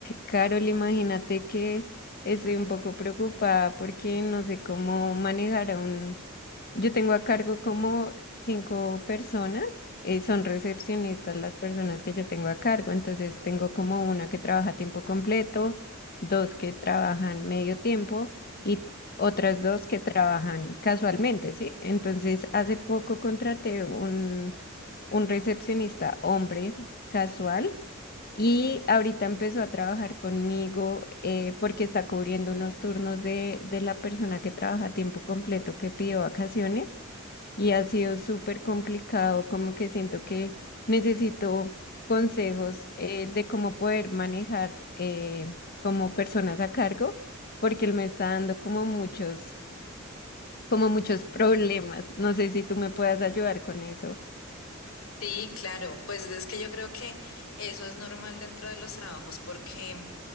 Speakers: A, on the left; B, on the left.
A: Carol, imagínate que estoy un poco preocupada porque no sé cómo manejar a un... Yo tengo a cargo como cinco personas, eh, son recepcionistas las personas que yo tengo a cargo, entonces tengo como una que trabaja a tiempo completo, dos que trabajan medio tiempo y otras dos que trabajan casualmente, ¿sí? Entonces, hace poco contraté un, un recepcionista hombre casual y ahorita empezó a trabajar conmigo eh, porque está cubriendo unos turnos de, de la persona que trabaja a tiempo completo que pidió vacaciones y ha sido súper complicado, como que siento que necesito consejos eh, de cómo poder manejar eh, como personas a cargo, porque él me está dando como muchos, como muchos problemas. No sé si tú me puedas ayudar con eso
B: Sí, claro, pues es que yo creo que eso es normal dentro de los trabajos porque